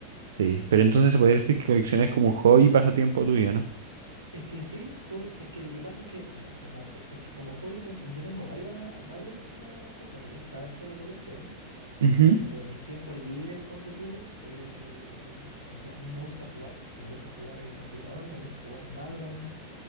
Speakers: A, on the right; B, on the right.
A: Sí, pero entonces se podría decir que coleccionar es como un hobby y pasatiempo tuyo, ¿no?
B: Es que sí, co- es que lo que pasa es que, mira, como jo- es que como hobby ten- yo tengo varias, varias como cosas, me gusta harto la colección,
A: Ujú.
B: pero en mis tiempos libres, ponte tú, eh, yo- a mí me gusta jugar, me gusta jugar eh, computador, me gusta jugar Valorant,